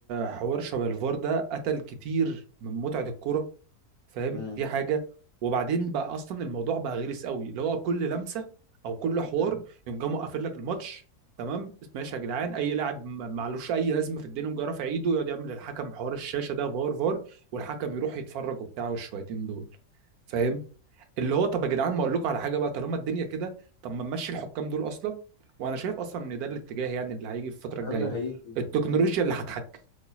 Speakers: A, on the right (about 70°); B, on the left (about 20°).
A: حوار شبه الفار ده قتل كتير من متعه الكوره فاهم
B: مم.
A: دي حاجه وبعدين بقى اصلا الموضوع بقى غلس قوي اللي هو كل لمسه او كل حوار
B: مم.
A: يقوم جاي مقفل لك الماتش تمام ماشي يا جدعان اي لاعب ما- معلوش اي لازمه في الدنيا يقوم جاي رافع ايده يقعد يعمل للحكم حوار الشاشه ده فار فار والحكم يروح يتفرج وبتاع والشويتين دول فاهم اللي هو طب يا جدعان ما اقول لكم على حاجه بقى طالما الدنيا كده طب ما نمشي الحكام دول اصلا وانا شايف اصلا ان ده الاتجاه يعني اللي هيجي في الفتره
B: ده
A: الجايه
B: اللي هيجي
A: التكنولوجيا
B: مم.
A: اللي هتحكم